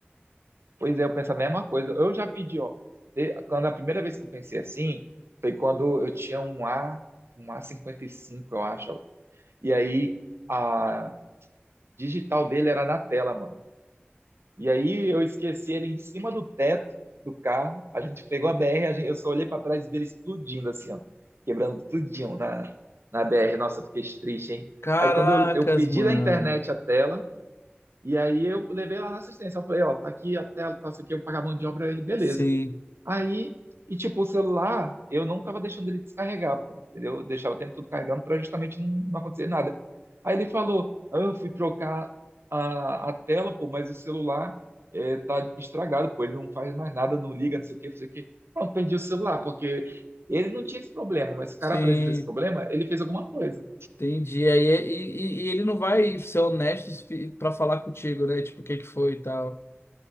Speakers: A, on the right; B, on the left.
A: Pois é, eu penso a mesma coisa. Eu já pedi, ó, te- quando a primeira vez que eu pensei assim, foi quando eu tinha um A, um a cinquenta e cinco, eu acho, E aí a digital dele era na tela, mano. E aí eu esqueci ele em cima do teto do carro. A gente pegou a BR, a gente- eu só olhei pra trás e vi ele explodindo assim, ó, quebrando tudinho na, na BR. Nossa, eu fiquei triste, hein?
B: Caracas,
A: Aí quando eu, eu pedi
B: mano.
A: da internet a tela, e aí eu levei lá na assistência. Eu falei, ó, tá aqui a tela, tá, isso que eu pagar a mão de obra. Ele, beleza.
B: Sim,
A: Aí, e tipo, o celular, eu não tava deixando ele descarregar, pô, entendeu? Eu deixava o tempo todo carregando pra justamente não, não acontecer nada. Aí ele falou, ah, eu fui trocar a, a tela, pô, mas o celular é, tá estragado, pô, ele não faz mais nada, não liga, não sei o que, não sei o que. Pronto, perdi o celular, porque ele não tinha esse problema, mas se o
B: sim.
A: cara apresenta esse problema, ele fez alguma coisa.
B: Entendi. Aí, e, e, e ele não vai ser honesto para falar contigo, né? Tipo, o que que foi e tal.